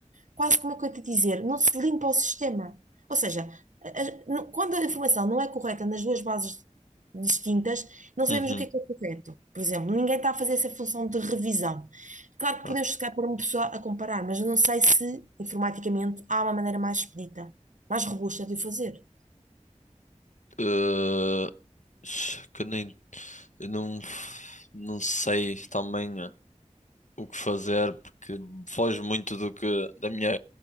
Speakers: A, on the right (about 75°); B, on the left (about 70°).
A: quase como eu te dizer, não se limpa o sistema. Ou seja, a- a- não- quando a informação não é correta nas duas bases distintas, não sabemos
B: uhum.
A: o que é que é correto. Por exemplo, ninguém está a fazer essa função de revisão. Claro que
B: ok.
A: podemos chegar para uma pessoa a comparar, mas eu não sei se, informaticamente, há uma maneira mais expedita, mais robusta de o fazer.
B: Uh, que nem eu não não sei também eh, o que fazer porque foge muito do que da minha